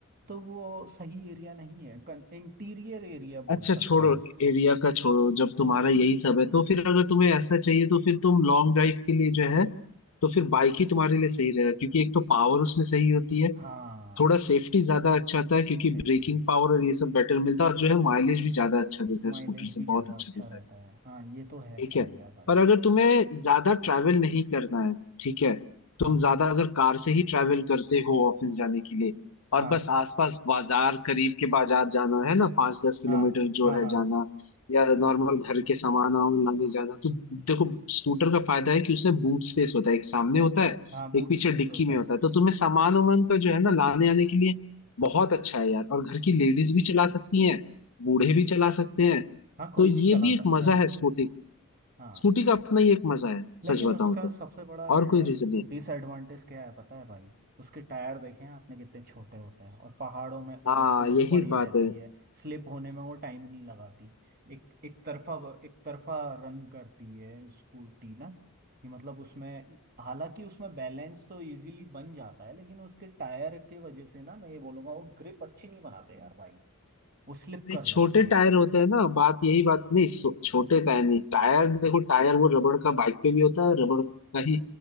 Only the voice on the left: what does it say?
अच्छा
छोड़ो
एरिया का छोड़ो जब तुम्हारा यही सब है तो फिर अगर तुम्हें ऐसा चाहिए तो फिर तुम लॉन्ग ड्राइव के लिए जो है तो फिर बाइक ही तुम्हारे लिए सही रहेगा क्योंकि एक तो पावर उसमें सही होती है
थोड़ा सेफ्टी ज्यादा अच्छा था क्योंकि
ब्रेकिंग पावर और ये सब बेटर मिलता है और जो है माइलेज भी ज्यादा अच्छा देता है
स्कूटर से
बहुत अच्छा
देता
है
ठीक
है
पर अगर तुम्हें ज्यादा ट्रैवल नहीं करना है ठीक है तुम
ज्यादा अगर कार से ही ट्रैवल करते हो ऑफिस जाने के लिए और
बस आसपास बाजार करीब के बाजार जाना है ना पाँच दस किलोमीटर
जो
है
जाना या नॉर्मल घर के सामान वामान लाने जाना तो देखो स्कूटर का फायदा है कि उसमें बूट स्पेस होता है एक सामने होता है
एक पीछे
डिक्की
में होता
है तो तुम्हें सामान वामान का जो है ना लाने आने के लिए बहुत अच्छा है यार और घर की लेडीज भी चला सकती हैं बूढ़े भी चला सकते हैं
तो ये
भी
एक मजा
है स्कूटी
स्कूटी का अपना ही एक मजा है
सच बताऊं
तो
और कोई रीजन नहीं
हाँ
यही
बात
है
नहीं
छोटे
टायर होते हैं ना बात यही बात नहीं सो- छोटे टायर नहीं टायर देखो टायर वो रबड़ का बाइक पे भी होता है रबड़ का ही